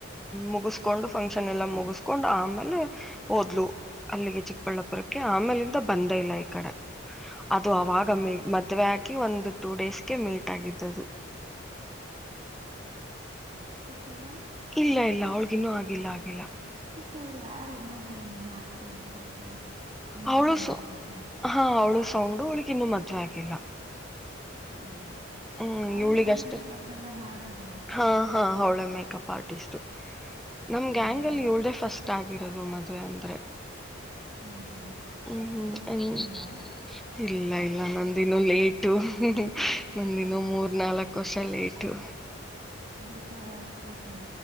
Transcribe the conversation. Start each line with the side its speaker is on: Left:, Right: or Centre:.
Centre: ಮುಗಸ್ಕೊಂಡು ಫಂಕ್ಷನ್ ಎಲ್ಲ ಮುಗುಸ್ಕೊಂಡ್ ಆಮೇಲೆ ಓದ್ಲು ಅಲ್ಲಿಗೆ ಚಿಕ್ಕಬಳ್ಳಾ ಬರಕೆ ಆಮೇಲಿಂದ ಬಂದ ಇಲ್ಲ ಈ ಕಡೆ. ಅದು
Right: ಹೌದಾ
Centre: ಅವಾಗಮ್ಮಿ ಮದ್ವೆ ಆಗಿ ಒಂದು ಟೂ ಡೇಸ್ಗೆ ಮೀಟ್ ಆಗಿದ್ದದು.
Right: ತ್ತಲ್ಲ.
Centre: ಇಲ್ಲ ಇಲ್ಲ ಅವಳ್ಗಿನ್ನು ಆಗಿಲ್ಲ ಆಗಿಲ್ಲ.
Right: ಮತ್ತೆ ಅವ್ಳು ಯಾರು ಇನ್ನೊಬ್ಬಳು ನೀನ್ ಹಾಕ್ತಯಲ್ಲ ಫೋಟೋ. ಮೂರ್
Centre: ಅವಳು
Right: ಜನ
Centre: ಸೌ
Right: ಇದ್ದಿದ್ದು
Centre: ಹಾ ಅವಳು ಸೌಂಡು ಅವಳಿಗೆ ಇನ್ನು ಮದುವೆ ಆಗಿಲ್ಲ.
Right: ಹ್ಮ್ ಹ್ಮ್
Centre: ಹ್ಮ್
Right: ಅವಳೇ
Centre: ಇವುಳಿಗೆ
Right: ತಾನೇ
Centre: ಅಷ್ಟೇ
Right: ಮೇಕಪ್ ಎಲ್ಲ ಮಾಡೋದು
Centre: ಹಾ ಹಾ ಅವಳೆ. Makeup artist. ನಮ್
Right: ಹ್ಮ್
Centre: ಗ್ಯಾಂಗ್ ಅಲ್ಲಿ ಇವೆಲ್ಡೇ ಫಸ್ಟ್ ಗಾಗಿಿರೋದು ಮದ್ವೆ ಅಂದ್ರೆ
Right: ಹ್ಮ್ ಹ್ಮ್
Centre: ಹ್ಮ್ ಹ್ಮ್
Right: ನೆಕ್ಸ್ಟ್ ನಿಂದ
Centre: ಹ್ ಇಲ್ಲ ಇಲ್ಲ ನಂದಿನೂ ಲೇಟು ನಂದನ್ನು
Right: ಹೌದಾ
Centre: ಮೂರ್ ನಾಲ್ಕು ವರ್ಷ ಲೇಟ್ ಟ್ಟು
Right: ಬಿಡ್ತಾರ ಅಷ್ಟು ಜನ